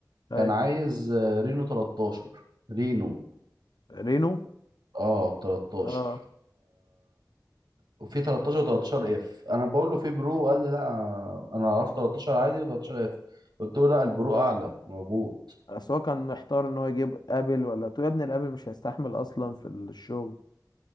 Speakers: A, on the left; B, on the right.
A: اي
B: كان عايز آه، رينو 13 رينو
A: رينو
B: اه 13
A: اه
B: وفي 13 و13 اف انا بقول له في برو قال لي لا انا عرفت 13 عادي و13 اف قلت له لا البرو اعلى موجود
A: بس هو كان محتار ان هو يجيب ابل ولا تو يا ابني الابل مش هيستحمل اصلا في الشغل